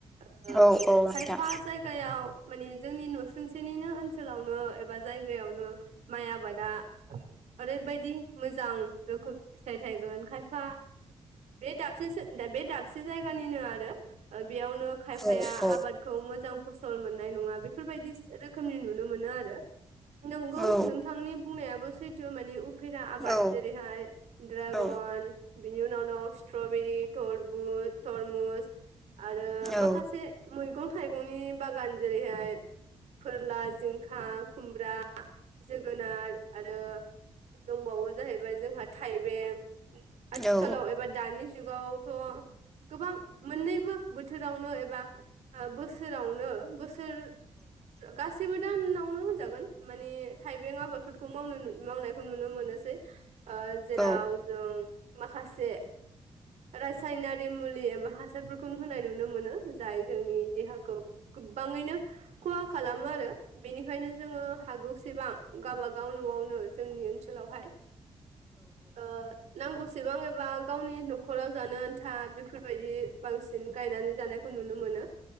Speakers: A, on the right; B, in the centre.
A: ओ
B: औ औ
A: खायफा
B: नोंथां
A: जायगायाव माने जोंनि नसुंसेनिनो ओनसोलावनो एबा जायगायावनो माइ आबादा ओरैबायदि मोजां रोखोम फिथाइ थायगोन खायफा बे दाबसे बे दाबसे जायगानिनो आरो ओ बेयावनो खायफाया
B: औ औ
A: आबादखौ मोजां फसल मोननाय नङा बे बेफोरबायदि रोखोमनि नुनो मोनो आरो नंगौ
B: औ
A: नोंथांनि बुंनायाबो सै जों माने फैग्रा आबाद
B: औ
A: जेरैहाय ड्रागन
B: औ
A: बिनि उनाव दं स्ट्रबेरिरबु तरमुस आरो
B: औ
A: माखासे मैगं थाइगंनि बागान जेरैहाय फोरला जिंखा खुमब्रा जोगोनार आरो दंबावो जाहैबाय जोंहा थाइबें आथिखालाव
B: औ
A: एबा दानिस जुगावथ' गोबां मोननैबो बोथोरावनो एबा बोसोरावनो बोसोर थोर गासैबो दानावनो होनजागोन मानि थाइबें आबादफोरखौ मावनो मावनायखौ नुनो मोनोसै ओ जेराव
B: औ
A: जों माखासे रासायनारि मुलि एबा हासारफोरखौ होनाय नुनो मोनो जाय जोंनि देहाखौ गो बाङैनो खहा खालामो आरो बेनिखायनो जोङो हागौसेबां गावबागाव न'आवनो जोंनि ओनसोलावहाय ओ नांगौसेबां एबा गावनि न'खराव जानो आन्था बेफोरबायदि बांसिन गायनानै जानायखौ नुनो मोनो